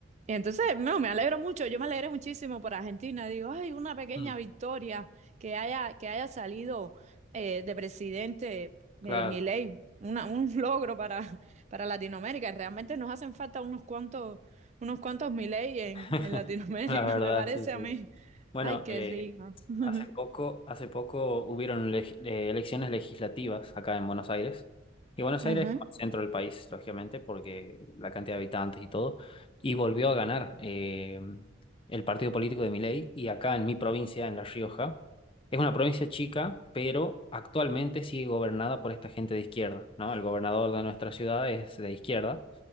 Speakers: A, on the right (about 35°); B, on the left (about 25°).
A: Y entonces, no, me alegro mucho, yo me alegro muchísimo por Argentina. Digo, ay, una pequeña
B: mm,
A: victoria que haya, que haya salido eh, de presidente
B: claro,
A: eh, mi Milei, una, un <laughs> logro para, para Latinoamérica. Realmente nos hacen falta unos cuantos, unos cuantos Milei en,
B: <laughs>
A: en Latinoamérica,
B: la verdad,
A: <laughs> me parece
B: sí, sí.
A: a mí.
B: Bueno,
A: Ay, qué
B: eh,
A: rico. <laughs>
B: hace poco, hace poco hubieron leg- eh, elecciones legislativas acá en Buenos Aires. Y Buenos
A: Ajá,
B: Aires es el centro del país, lógicamente, porque la cantidad de habitantes y todo. Y volvió a ganar eh, el partido político de Milei. Y acá en mi provincia, en La Rioja, es una provincia chica, pero actualmente sigue gobernada por esta gente de izquierda, ¿no? El gobernador de nuestra ciudad es de izquierda